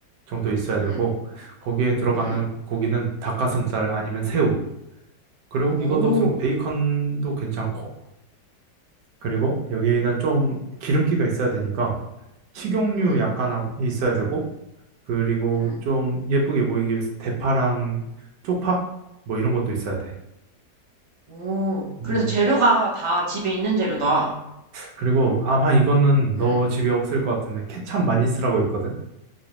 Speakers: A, on the right (about 80°); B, on the right (about 45°).
A: 정도 있어야
B: 응,
A: 되고, 거기에 들어가는
B: 응.
A: 고기는 닭가슴살 아니면 새우, 그리고
B: 오,
A: 이것도 무슨 베이컨도 괜찮고, 그리고 여기는 좀 기름기가 있어야 되니까 식용유
B: 응,
A: 약간 하고- 있어야 되고 그리고
B: 응.
A: 좀 예쁘게 보이기 위해서 대파랑 쪽파 뭐 이런 것도 있어야 돼.
B: 오.
A: 음,
B: 그래서 재료가 다 집에 있는 재료다.
A: 그리고 아마 이거는
B: 응.
A: 너 집에 없을 것 같은데 케찹 많이 쓰라고 있거든?